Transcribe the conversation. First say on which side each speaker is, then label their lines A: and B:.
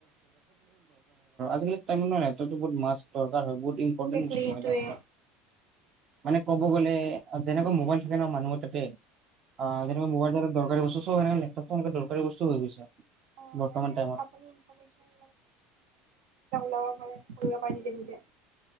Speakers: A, on the right (about 45°); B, on the right (about 85°).
A: <unintelligible> <unintelligible> <unintelligible> <unintelligible>
B: একজেক্টলি এইটোৱে
A: মানে ক'ব গ'লে যেনেকুৱা মোবাইল থাকে ন মানুহৰ তাতে অহ যেনেকা মোবাইল এটা দৰকাৰী বস্তু চব সে লেপটপ সনেকুৱা দৰকাৰী বস্তু হৈ গৈছে।
B: অ'
A: বৰ্তমান
B: লাগে
A: টাইমত।
B: আপুনি ইনফ মেচন লাব পাৰে। কৰিব পাৰি নিজে-নিজে।